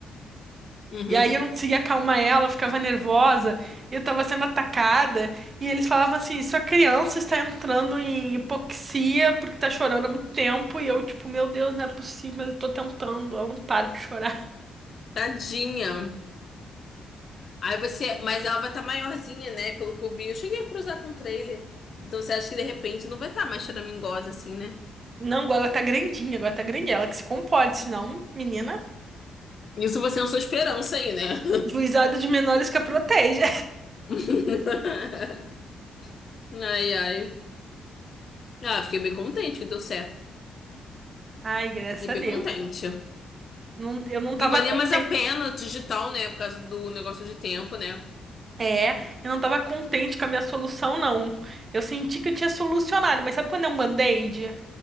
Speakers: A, on the left (about 50°); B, on the right (about 40°).
A: uhum.
B: E aí eu não conseguia acalmar ela, eu ficava nervosa, eu tava sendo atacada, e eles falavam assim: sua criança está entrando em hipoxia porque tá chorando há muito tempo, e eu, tipo, meu Deus, não é possível, mas eu tô tentando, ela não para de chorar.
A: Tadinha. Aí você. Mas ela vai estar maiorzinha, né? Pelo que eu vi. Eu cheguei a cruzar com o trailer. Então você acha que de repente não vai estar mais choramingosa assim, né?
B: Não, agora ela tá grandinha, agora tá grandinha, ela que se compode, senão, menina,
A: Isso você é a sua esperança aí, né?
B: juizado de menores que a protege.
A: <laughs> Ai, ai. Ah, fiquei bem contente que deu certo.
B: Ai, graças
A: Fiquei
B: a
A: bem
B: Deus.
A: contente.
B: ó. Não- eu não
A: E
B: tava
A: valia
B: contente.
A: mais a pena digital, né? Por causa do negócio de tempo, né?
B: É, eu não tava contente com a minha solução, não. Eu senti que eu tinha solucionado, mas sabe quando é um band-aid?